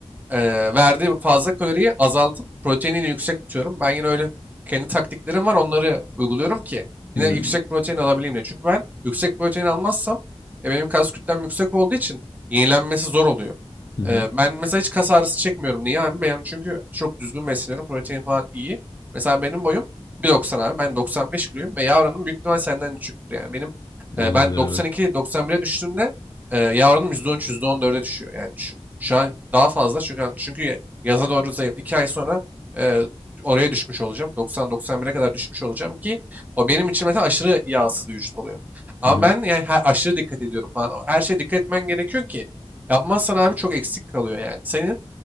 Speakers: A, on the right; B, on the left.
A: e, verdiği fazla kaloriyi azaltıp proteinini yüksek tutuyorum. Ben yine öyle kendi taktiklerim var onları uyguluyorum ki
B: Hmm.
A: yine yüksek protein alabileyim diye. Çünkü ben yüksek protein almazsam e, benim kas kütlem yüksek olduğu için yenilenmesi zor oluyor.
B: Hı hı.
A: E, ben mesela hiç kas ağrısı çekmiyorum. Niye abi? Ben çünkü çok düzgün besleniyorum. Protein falan iyi. Mesela benim boyum 1.90 abi. Ben 95 kiloyum ve yavranım büyük ihtimal senden küçüktür yani. Benim
B: Olabilir
A: e, ben 92-91'e
B: evet.
A: düştüğümde e, yağ oranım %13, %14'e düşüyor. Yani düşün. Şu an daha fazla çünkü çünkü yaza doğru zayıf. 2 ay sonra e, oraya düşmüş olacağım. 90-91'e kadar düşmüş olacağım ki o benim için mesela aşırı yağsız bir vücut oluyor. Ama
B: Hı hı.
A: ben yani her, aşırı dikkat ediyorum falan. Her şeye dikkat etmen gerekiyor ki yapmazsan abi çok eksik kalıyor yani. Senin